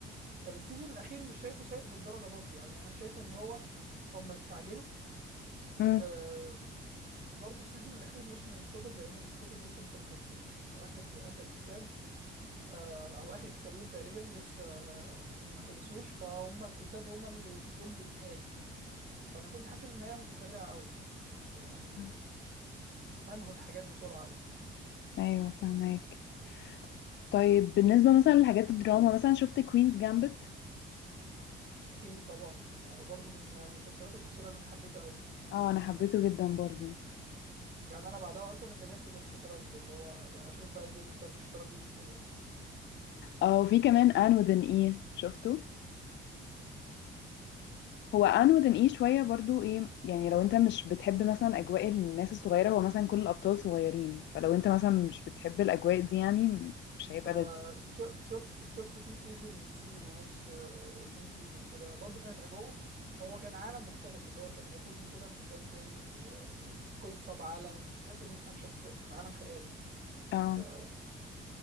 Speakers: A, on the right; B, on the left.
A: السيزون الاخير مش شايفه سيء بالدرجه برضو يعني انا شايف ان هو هم استعجلوا
B: مم.
A: آه، وبرضه السيزون الأخير مش من الكتب لأن الكتب لسه ما خلصتش آخر آخر كتاب آه، أو آخر كتابين تقريبا لسه آه، ما خلصوش فهم الكتاب هم اللي جم بالنهاية دي فأنا كنت حاسس إن النهاية متسرعة أوي يعني
B: مم.
A: أنهوا الحاجات بسرعة أوي
B: أيوه فهماك طيب بالنسبة مثلا لحاجات الدراما مثلا شفت كوينز جامبت
A: أكيد طبعا آه، برضه من المسلسلات القصيرة اللي أنا حبيتها أوي
B: اه أنا حبيته جدا برضو
A: يعني أنا بعدها أصلا اتجهت للشطرنج اللي هو أشوف بقى الدنيا بتاعت الشطرنج دي بتقول إيه
B: اه وفي كمان ان وذن ايه شفته هو ان وذن ايه شوية برضو ايه يعني لو انت مش بتحب مثلا أجواء الناس الصغيرة هو مثلا كل الأبطال صغيرين فلو انت مثلا مش بتحب الأجواء دي يعني مش هيبقى
A: آه،
B: لذيذ
A: ش- شفت شفت فيه سيزون سيزون ونص آه، اتنين سيزون كده برضو كانت اجواءه هو كان عالم مختلف اللي هو كان بياخدني كده في مكان تاني و- وفي قصة بعالم تحس ان احنا في شخصية في عالم خيالي
B: اه
A: آه،